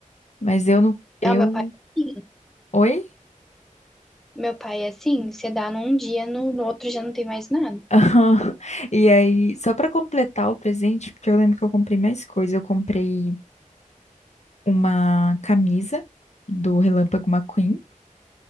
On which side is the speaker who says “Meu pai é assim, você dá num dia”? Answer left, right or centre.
Centre